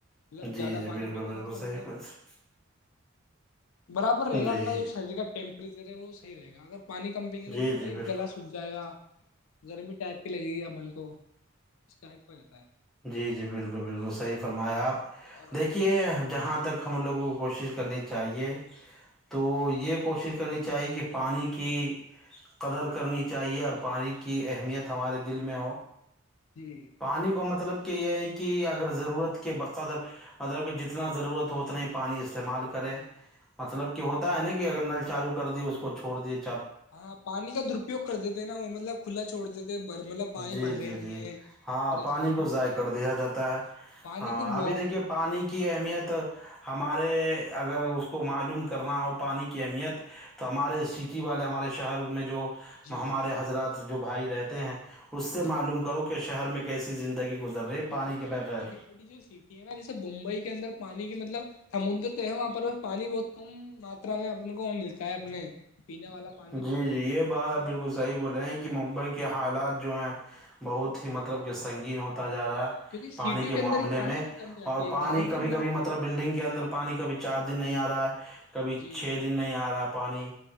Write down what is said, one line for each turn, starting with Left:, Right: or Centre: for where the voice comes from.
Left: مطلب
Centre: جی
Left: زیادہ
Centre: جی
Left: پانی
Centre: بالکل
Left: پییں
Centre: بالکل
Left: نا اس کا مطلب
Centre: صحیح بات۔
Left: برابر رہے
Centre: جی
Left: گا اپنا جو شریر کا ٹیمپریچر رہے گا وہ صحی رہے گ اگر پانی کم پئیں گے
Centre: جی
Left: تو پھر وہی
Centre: جی بالکل
Left: گلا سکھ جائے گا جر م ٹپ لگے گی ا من کو اس ٹائپ کا ہوتا ہے
Centre: جی جی بالکل بالکل صحیح فرمایا آپ
Left: اور
Centre: دیکھیے
Left: ابھی تو
Centre: جہاں
Left: جی
Centre: تک ہم لوگوں کو کوشش کرنی چاہیے چاہیے تو یہ کوشش کرنی چاہیے کہ پانی کی قدر کرنی چاہیے اور پانی کی اہمیت ہمارے دل میں ہو
Left: جی
Centre: پانی کو مطلب کہ یہ ہے کہ ا ضرورت کے بقدر مطلب کہ جتنا ضرورت ہو اتنا ہی پانی استعمال کریں مطلب کہ ہوتا
Left: جی
Centre: ہے نا کہ اگر نل چالو کر دییا اس کو چوڑ دییاے
Left: ہاں پانی کا درپیوگ کر دیتے ہیں نا وہ مطلب کھلا چھوڑ دیتے مطلب پانی
Centre: جی
Left: بھر رہے
Centre: جی جی
Left: نہیں ہے
Centre: ہاں
Left: اور ایسے
Centre: پانی
Left: ہی چھوٹ
Centre: کو ضائع
Left: رہا
Centre: کر
Left: ہے کھلا
Centre: دیا جاتا ہے
Left: پانی
Centre: ہاں
Left: کو بہت
Centre: ابھی دیکھیے پانی کی اہمیت ہم ہمارے اگر اس کو معلوم کرنا ہو پانی کی اہمیت تو ہمارے سٹی والے ہمارے شہر میں جو
Left: جی
Centre: وہ ہمارے
Left: جی
Centre: حضرات جو بھائی رہتے ہیں اور اس سے
Left: جی
Centre: معلوم کرو کہ شہر میں کیسی زندگی گزر رہی ہے
Left: یہ
Centre: پانی
Left: وہ
Centre: کے
Left: توھی
Centre: بغیر
Left: بڑی بڑی جو سٹی ہے نا جیسے بمبئی کے اندر پانی کی مطلب سمندر تو ہے وہاں پر پانی بہت کم ماترا میں اپنے کو وہ ملتا ہے اپنے پینے والا پانی بہت
Centre: جی جی
Left: کم
Centre: یہ بات آپ بالکل صحیح بولے ہیں کہ ممبئی کے حالات جو ہیں بہت ہی مطلب
Left: ملتا
Centre: کہ
Left: ہے،
Centre: سنگین ہوتا جا رہا ہے
Left: کیونکہ
Centre: پانی
Left: سیٹیوں
Centre: کے
Left: اندر
Centre: معاملے
Left: ہی پانی
Centre: میں
Left: کی کمی آتی
Centre: اور
Left: ہے
Centre: پانی
Left: گاؤں کے
Centre: کبھی
Left: اندر
Centre: کبھی
Left: تو
Centre: مطلب بلڈنگ کے اندر پانی کبھی چار دن نہیں آ رہا ہے کبھی
Left: جی
Centre: چھ دن نہیں آ رہا پانی